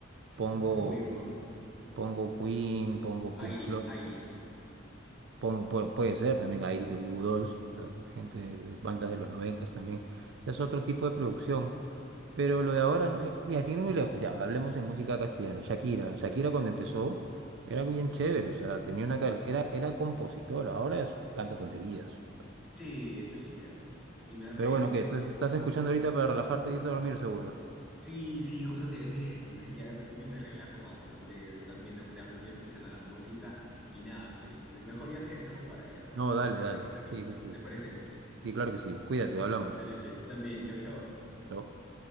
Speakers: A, in the centre; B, on the right.
A: <laughs>
B: Pongo,
A: Obvio, no.
B: pongo Queen, pongo Pink
A: Iris,
B: Floyd,
A: Iris.
B: pongo, puede, puede ser también a Iris de Goo Goo Dolls, o sea, gente, bandas de los noventas también. O sea, es otro tipo de producción. Pero lo de ahora, no, eh, mira, sin ir muy lejos, ya, hablemos en música castellana. Shakira, Shakira cuando empezó era bien chévere, o sea, tenía una, cal- era, era compositora, ahora es- canta tonterías.
A: Sí, eso es cierto. Y me da pena.
B: Pero bueno, ¿qué? Entonces, ¿Estás escuchando ahorita para relajarte e irte a dormir seguro?
A: Sí, sí, justo te iba a decir eso. <laughs> Ya estoy que me relajo bastante. ahorita Mientras te hablo, estoy escuchando la música y nada, pues entonces mejor ya te <laughs> dejo para ya
B: No,
A: irme
B: dale,
A: a descansar
B: dale.
A: con
B: Sí,
A: la música.
B: sí, sí.
A: ¿Te parece?
B: Sí, claro que sí. Cuídate, hablamos.
A: Dale, pues también. Chau, chau.
B: Chao.